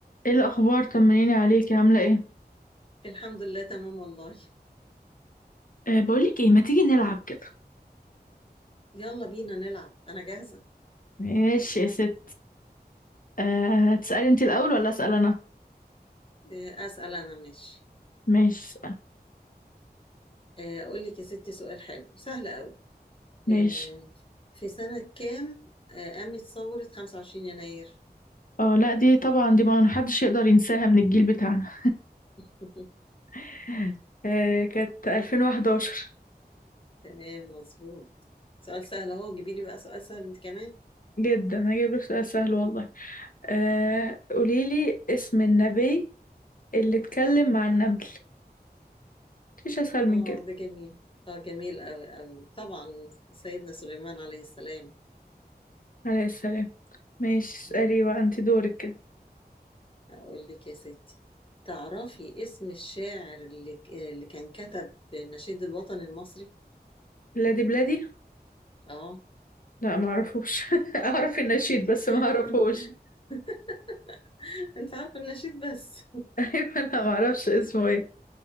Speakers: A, on the left (about 55°); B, on the left (about 30°).
A: ايه الاخبار طمنيني عليكي عامله ايه
B: الحمد لله تمام والله
A: أه بقولك ايه ما تيجي نلعب كده
B: يلا بينا نلعب أنا جاهزة
A: ماشي يا ست أه تسالي انت الاول ولا اسال انا
B: آه، أسأل أنا ماشي
A: ماشي اسال
B: آه، أقول لك يا ستي سؤال حلو سهل قوي آه،
A: ماشي
B: في سنة كام آه، قامت ثورة 25 يناير
A: اه لا دي طبعا دي ما حدش يقدر ينساها من الجيل بتاعنا
B: <laughs>
A: <laughs> أه كانت 2011
B: تمام مظبوط سؤال سهل أهو جيبي لي بقى سؤال سهل أنت كمان
A: جدا هجيب لك سؤال سهل والله أه قولي لي اسم النبي اللي اتكلم مع النمل مفيش اسهل من
B: آه
A: كده
B: ده جميل آه جميل قوي قوي طبعا سيدنا سليمان عليه السلام
A: عليه السلام ماشي اسالي
B: مم.
A: بقى انت دورك كده
B: أقول لك يا ستي تعرفي اسم الشاعر اللي اللي كان كتب النشيد الوطني المصري
A: بلادي بلادي
B: اه
A: لا ما اعرفوش <laughs> اعرف النشيد
B: <laughs>
A: بس ما اعرفوش
B: انت عارفه النشيد بس
A: <laughs> ايوه انا ما اعرفش اسمه ايه